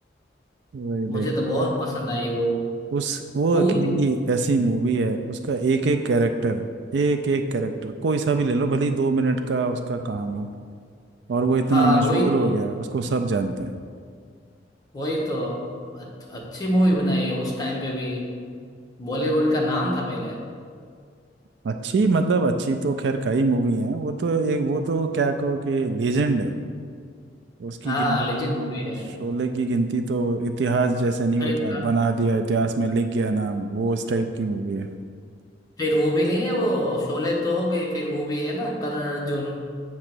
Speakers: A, on the right; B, on the left.
A: वही
B: मुझे
A: देख
B: तो बहुत पसंद आई वो
A: उस वो
B: पूरी
A: अकेली ऐसी मूवी है उसका एक एक कैरेक्टर एक एक कैरेक्टर कोई सा भी ले लो भले ही दो मिनट का उसका काम हो और वो इतना
B: हाँ
A: मशहूर
B: वही
A: हो
B: तो
A: गया है उसको सब जानते हैं
B: वही तो अच- अच्छी मूवी बनाई है उस टाइम पे भी बॉलीवुड का नाम था पहले
A: अच्छी मतलब अच्छी तो खैर कई मूवी हैं वो तो एक वो तो क्या कहो कि लीजेंड है उसकी
B: हाँ
A: गिन
B: लेजेंड
A: तो
B: मूवी है
A: शोले की गिनती तो इतिहास जैसे नहीं
B: फिर
A: होता है बना दिया इतिहास में लिख गया नाम वो उस टाइप की मूवी है
B: फिर वो भी नहीं है वो शोले तो हो गई फिर वो भी है ना करण अर्जुन